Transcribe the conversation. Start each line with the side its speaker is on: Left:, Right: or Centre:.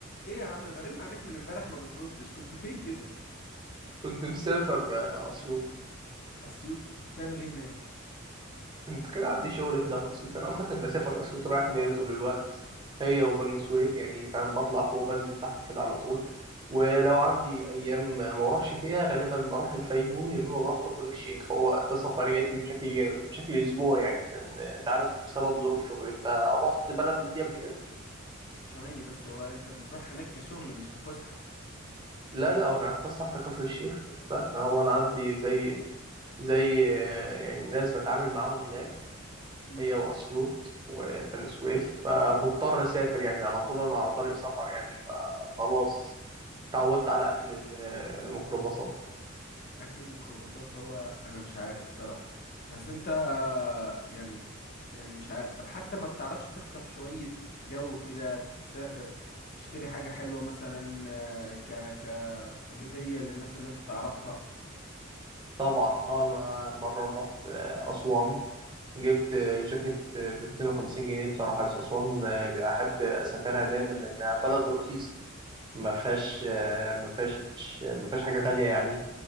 Left: ايه يا عم برن عليك من امبارح ما بتردش كنت فين كده
Right: كنت مسافر آه، اسيوط
Left: اسيوط كنت بتعمل ايه هناك
Right: كنت كده عندي شغل كده في اسيوط انا عامه بسافر اسيوط رايح جاي طول الوقت هي وبني سويف يعني فاهم بطلع فوق بنزل تحت كده على طول ولو عندي ايام ما بروحش فيها غالبا بروح الفيوم يا اما بروح كفر الشيخ هو ده سفرياتي بشكل يومي بشكل اسبوعي يعني لان انت عارف بسبب ظروف شغلي انت رحت بلد من دي قبل كده
Left: ثواني بس هو انت بتروح هناك كشغل مش كفسحة
Right: لا لا انا هتفسح في كفر الشيخ لا ده هو انا عندي زي زي آه، يعني ناس بتعامل معاهم هناك
Left: امم
Right: هي وأسيوط وبني سويف فمضطر أسافر يعني على طول أنا على طريق سفر يعني فخلاص اتعودت على أكل الميكروباصات
Left: اكل الميكروباصات هو انا مش عارف بصراحة بس انت يعني يعني مش عارف طب حتى ما بتعرفش تخطف شوية جو كده تسافر تشتري حاجة حلوة مثلا آه، ك كهدية للناس اللي انت تعرفها
Right: طبعا أنا مرة رحت أسوان جبت جاكيت ب 250 جنيه بصراحة أسوان أحب أسافرها دايما لأنها بلد رخيصة ما فيهاش ما فيهاش ما فيهاش حاجة غالية يعني